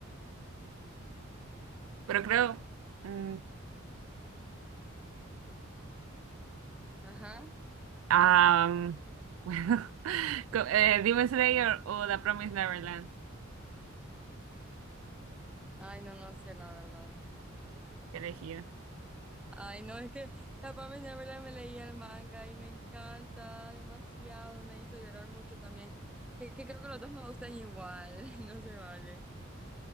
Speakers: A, on the right; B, in the centre.
A: Pero creo. mm,
B: Ajá.
A: Ah, bueno, <laughs> co- eh, Demon Slayer o The Promised Neverland,
B: Ay, no, no sé, la verdad.
A: ¿qué elegir.
B: Ay, no, es que la Pamela Neverland me leía el manga y me encanta demasiado, me hizo llorar mucho también. Es que creo que los dos me gustan igual, <laughs> no se vale.